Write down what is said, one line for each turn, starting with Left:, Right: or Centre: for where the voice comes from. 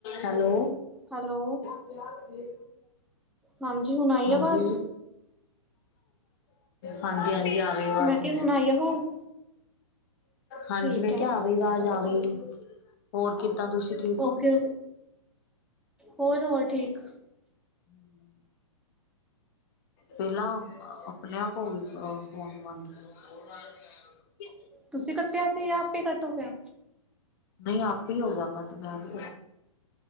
Left: Hello,
Centre: hello,
Left: <inaudible>
Centre: ਹਾਂਜੀ ਹੁਣ ਆਈ
Left: ਹਾਂਜੀ।
Centre: ਆਵਾਜ਼
Left: ਹਾਂਜੀ-ਹਾਂਜੀ ਆ ਗਈ ਆਵਾਜ਼,
Centre: ਮੈਂ ਕਿਹਾ ਹੁਣ ਆਈ ਆਵਾਜ਼
Left: ਹਾਂਜੀ
Centre: ਠੀਕ
Left: ਮੈਂ
Centre: ਹੈ
Left: ਕਿਆ ਆਵਾਜ ਆ ਗਈ, ਹੋਰ ਕਿੱਦਾਂ ਤੁਸੀਂ? ਠੀਕ
Centre: ਓਕੇ,
Left: ਹੋ
Centre: ਹੋਰ-ਹੋਰ ਠੀਕ।
Left: <inaudible> ਪਹਿਲਾਂ ਆਪਣੇ ਆਪ ਹੋ ਗਈ ਅ ਫੋਨ ਬੰਦ। <inaudible> ਕਿ
Centre: ਤੁਸੀਂ ਕੱਟਿਆ ਸੀ ਜਾਂ ਆਪੇ ਕੱਟ ਹੋ ਗਿਆ।
Left: ਨਈ ਆਪੇ ਹੋ ਗਿਆ ਕੱਟ ਮੈਂ ਨ